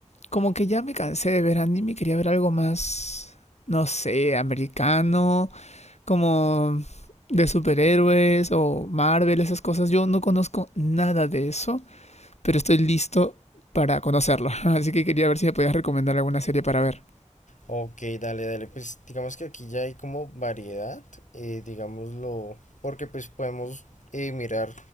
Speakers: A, on the left (about 65°); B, on the left (about 85°).
A: como que ya me cansé de ver anime, quería ver algo más, no sé, americano, como de superhéroes o Marvel, esas cosas. Yo no conozco nada de eso pero estoy listo para conocerlo. <laughs> Así que quería ver si me podías recomendar alguna serie para ver.
B: Ok, dale, dale. Pues digamos que aquí ya hay como variedad, eh, digámoslo, porque pues podemos eh, mirar,